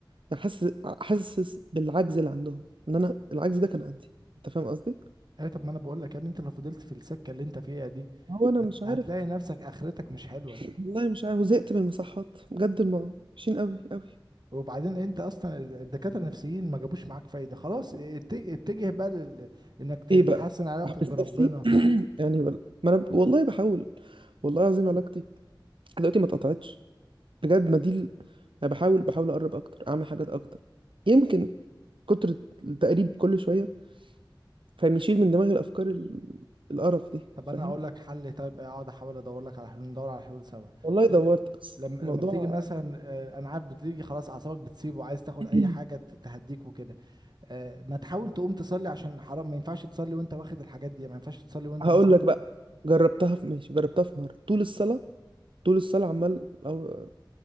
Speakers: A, on the right (about 85°); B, on the right (about 55°).
A: يعني حاسس حاسس بالعجز اللي عندهم ان انا العجز ده كان عندي انت فاهم قصدي
B: ايه طب ما انا بقول لك يا ابني انت لو فضلت في السكه اللي انت فيها دي
A: هو انا
B: هت-
A: مش عارف
B: هتلاقي نفسك اخرتك مش حلوه
A: <clears throat> والله مش عارف وزهقت من المصحات بجد ما- وحشين قوي قوي
B: وبعدين انت اصلا الدكاتره النفسيين ما جابوش معاك فايده خلاص ات- اتجه بقى لل... انك ت-
A: ايه
B: تحسن
A: بقى
B: علاقتك
A: احبس
B: بربنا
A: نفسي <clears throat> يعني ولا ما انا ب- والله بحاول والله العظيم علاقتي دلوقتي ما اتقطعتش بجد ما دي ال- انا بحاول بحاول اقرب اكتر اعمل حاجات اكتر يمكن كتر التقريب كل شويه فاهم يشيل من دماغي الافكار ال... القرف دي
B: طب
A: فاهم
B: انا اقول لك حل طيب اقعد احاول ادور لك على حلول ندور على حلول سوا
A: والله دورت
B: انت
A: بس
B: لما لما
A: الموضوع
B: بتيجي مثلا آه، انا عارف بتيجي خلاص اعصابك بتسيب وعايز تاخد
A: <clears throat>
B: اي حاجه ت- تهديك وكده آه، ما تحاول تقوم تصلي عشان حرام ما ينفعش تصلي وانت واخد الحاجات دي ما ينفعش تصلي وانت
A: هقول
B: مثلا
A: لك بقى جربتها في ماشي جربتها في مره طول الصلاه طول الصلاه عمال أو...